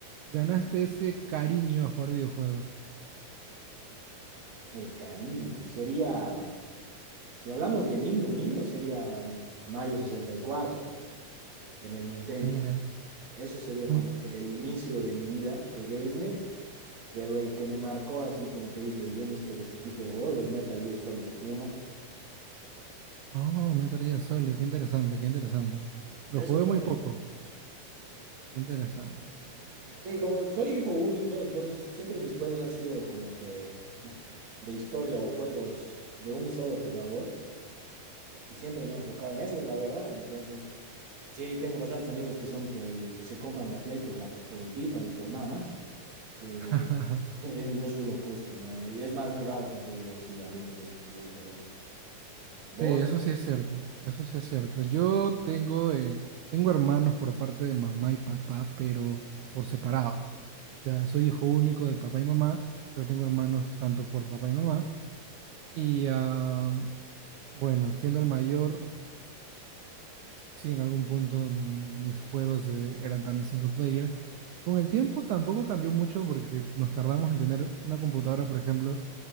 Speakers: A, on the right; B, on the right.
A: ganaste ese cariño a jugar videojuegos?
B: El cariño sería. Si hablamos de niño, niño sería Mario sesenta y cuatro en el Nintendo.
A: Mira,
B: Eso sería
A: nun-
B: como que el inicio de mi vida de gamer, pero el que me marcó así como que dije, yo necesito de este tipo de juegos es Metal Gear Solid uno
A: oh, Metal Gear Solid, qué interesante, qué interesante. Lo
B: Esos
A: jugué
B: son.
A: muy poco, qué interesante, Metal Gear
B: Sí,
A: Solid.
B: como soy hijo único, entonces siempre mis juegos han sido como que de historia o juegos de un solo jugador y siempre me he enfocado en eso, la verdad. Entonces, sí, tengo bastantes amigos que son que se compran la Play por la, por el FIFA y por nada más. pero
A: <laughs>
B: yo, yo- yo soy lo opuesto, hermano. Y es más, es raro conseguir así amigos de este tipo, pero vos,
A: Sí, eso sí es cierto, eso sí es cierto. Yo tengo, eh, tengo hermanos por parte de mamá y papá, pero por separado. O sea, soy hijo único de papá y mamá, pero tengo hermanos tanto por papá y mamá. Y ah, bueno, siendo el mayor, sí, en algún punto mm, mis juegos eh, eran también single player. Con el tiempo tampoco cambió mucho porque nos tardamos en tener una computadora, por ejemplo